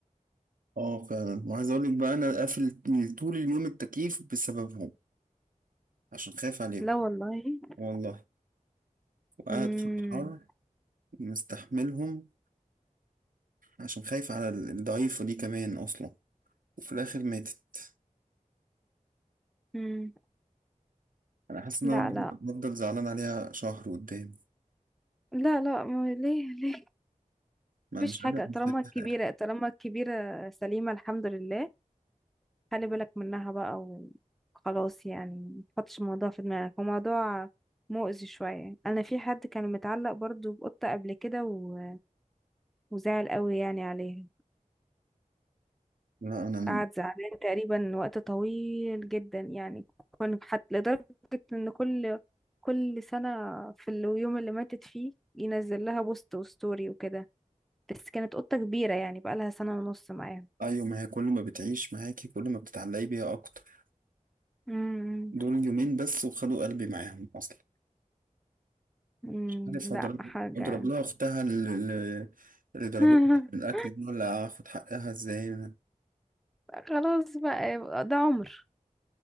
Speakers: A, on the right; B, in the centre.
A: اه فعلا وعايز اقول لك بقى انا قافل طول اليوم التكييف بسببهم عشان خايف عليهم
B: لا والله
A: والله وقاعد
B: امم
A: في الحر مستحملهم عشان خايف على الضعيفه دي كمان اصلا وفي الاخر ماتت
B: امم
A: انا حاسس ان
B: لا
A: انا
B: لا
A: هفضل زعلان عليها شهر قدام
B: لا لا ما ليه ليه
A: ما
B: مفيش
A: أنا مش
B: حاجه
A: قادر
B: طالما
A: أنساها.
B: الكبيره طالما الكبيره سليمه الحمد لله خلي بالك منها بقى وخلاص يعني ما تحطش الموضوع في دماغك هو موضوع مؤذي شويه انا في حد كان متعلق برضو بقطه قبل كده و... وزعل قوي يعني عليها
A: لا انا
B: قعد زعلان تقريبا وقت طويل جدا يعني كنا حتى لدرجة ان كل كل سنة في اليوم اللي ماتت فيه ينزل لها بوست وستوري وكده بس كانت قطة كبيرة يعني بقالها سنة ونص معاه
A: ايوه ما هي كل ما بتعيش معاكي كل ما بتتعلقي بيها اكتر
B: امم
A: دول يومين بس وخدوا قلبي معاهم اصلا
B: أمم،
A: مش عارف
B: لا
A: اضرب
B: حاجة
A: اضرب لها اختها اللي, اللي ضربتها
B: <laughs>
A: في الاكل دي ولا اخد حقها ازاي انا
B: خلاص بقى يبقى ده عمر